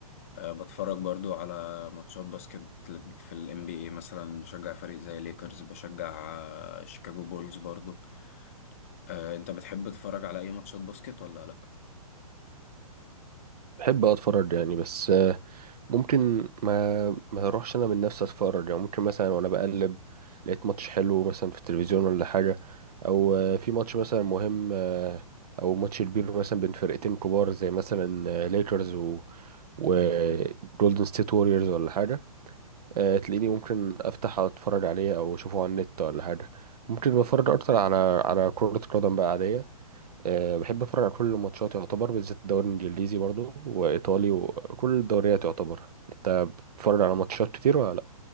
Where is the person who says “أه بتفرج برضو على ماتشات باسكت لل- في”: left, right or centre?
Left